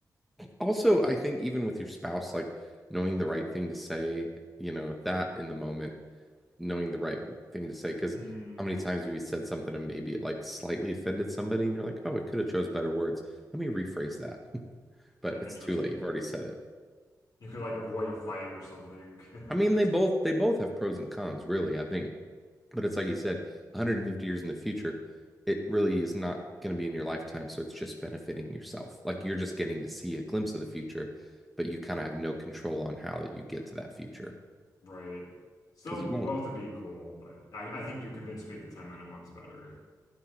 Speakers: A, in the centre; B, on the left.
A: Also, I think even with your spouse, like knowing the right thing to say, you know, that in the moment, knowing the right thing to say, because
B: Hmm.
A: how many times have you said something and maybe it like slightly offended somebody and you're like, oh, I could have chose better words. Let me rephrase that. but
B: Yeah,
A: it's
B: interesting.
A: too late. You've already said it.
B: You could like avoid a fight or something. <laughs>
A: I mean, they both they both have pros and cons, really, I think. But it's like you said, 150 years in the future, it really is not going to be in your lifetime, so it's just benefiting yourself. Like you're just getting to see a glimpse of the future, but you kind of have no control on how you get to that future
B: Right. Still
A: because you won't.
B: both would
A: <laughs>
B: be cool, but I, I think you convinced me that the 10 minute one's better.